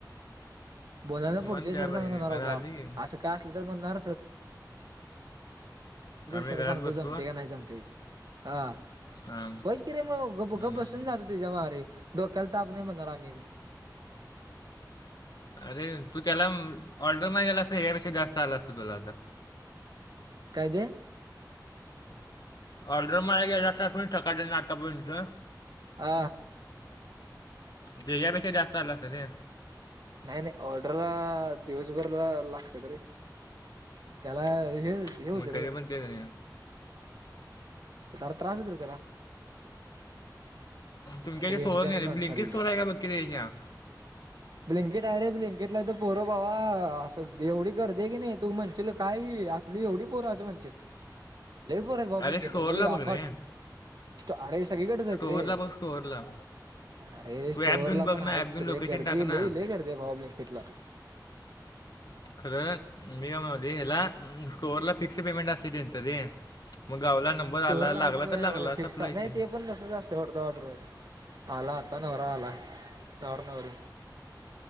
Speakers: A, on the right (about 65°); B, on the left (about 65°).
A: बोलायला पुढचे
B: मन द्या
A: सर
B: पाहिजे
A: चांगलं म्हणार
B: झाली
A: बाबा
B: की
A: असं काय- <unintelligible> असल
B: आम्ही
A: सर
B: घरात
A: सांगतो
B: बसतो
A: जमते का नाही सांगते हा.
B: हा.
A: व्हईच की रे मग ग् गप्प
B: हम्म.
A: बसुून जात होती. तेज्या मारी! डोक्याल ताप नाही म्हनणार आणि.
B: अरे तू त्याला ऑर्डर मागायला गेला. असत यापेक्षा जास्त आला असतो तुला आता.
A: काय? ते.
B: ऑर्डर माराच गेला आसताच सकाळपस्न आतापर्यंत.
A: आ.
B: त्येज्या पेक्षा जास्त आलं असतं ते.
A: काय नाही ऑर्डर दिवसभरला लागतेत रे. त्याला हे- हे
B: <unintelligible>
A: होतं रे जरा त्रास होतोय त्याला.
B: तुमच्याकड
A: आता यांच्या
B: स्टोअर नाही
A: आणि माणसाला
B: का? ब्लिंकिट स्टोअर आहे का बघ की तेज्या.
A: ब्लिंकइट आहे रे ब्लिंकेटला इथं. पोरं बाबा असं एवढी गर्दी! आहे की नाही तू म्हणचल काही असली एवढी पोरं असं म्हणच- लयं पोर हायती बाबा
B: अरे
A: ब्लिंकितला
B: स्टोअरला
A: लय
B: बघ
A: अफाट.
B: रे
A: अरे सगळीकडंच हाईत
B: स्टोअरला
A: रे.
B: बघ स्टोअरला
A: अरे स्टोअरला
B: तू ॲप घेऊन बघ
A: पण
B: ना
A: हाईत
B: ॲप घेऊन लोकेशन
A: रे गर्दी
B: टाक ना
A: लई लई गर्दी आहे भावा ब्लिंकेटला.
B: खरं मी काय म्हणालोय स्टोअरला फिक्स पेमेंट असतं रे. मग घावला नंबर
A: स्टोअर
B: आला लागला
A: लाग
B: तर लागला.
A: फिक्स
B: सपला विषय.
A: <unintelligible> <unintelligible> आला आता नवरा आला नवरा नवरी.